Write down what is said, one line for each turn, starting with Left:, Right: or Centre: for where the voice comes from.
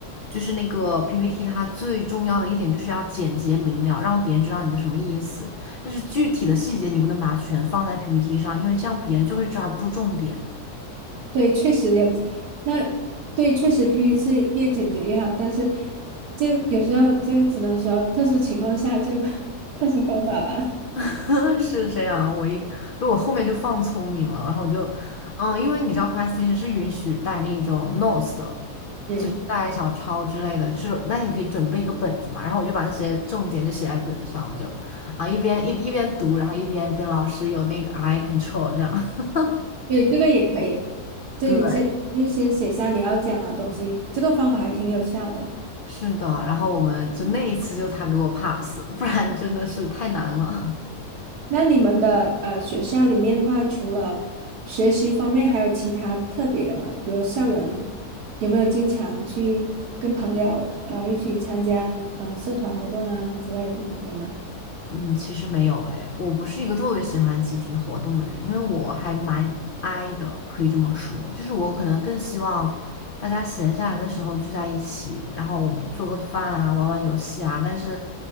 Left: 就是那个 PPT，它最重要的一点就是要简洁明了，让别人知道你的什么意思。但是具体的细节你不能把它全放在 PPT 上，因为这样别人就会抓不住重点。
Right: 对，确实有，那对，确实 PPT 是越简洁越好，但是就有时候就只能说特殊情况下就 <laughs> 特殊方法吧。
Left: <laughs> 是这样，我一如果后面就放聪明了，然后我就，嗯，因为你知道 presentation 是允许带那种 notes 的。
Right: 嗯
Left: 就是带小抄之类的，就是那你可以准备一个本子嘛，然后我就把那些重点就写在本子上，我就啊一边一一边读，然后一边跟老师有那个 eye control 这样。<laughs>
Right: 对，这个也可以。对，
Left: 对，
Right: 你这就先写下你要讲的东西，这个方法还挺有效的。
Left: 是的，然后我们就那一次就他给我 pass，不然真的是太难了。
Right: 那你们的呃学校里面的话，除了学习方面，还有其他特别的吗？比如校园有没有经常去跟朋友呃一起参加呃社团活动啊之类的那种，有吗？
Left: 嗯，其实没有诶，我不是一个特别喜欢集体活动的人，因为我还蛮 i 的，可以这么说，就是我可能更希望大家闲下来的时候聚在一起，然后我们做个饭啊，玩玩游戏啊。但是，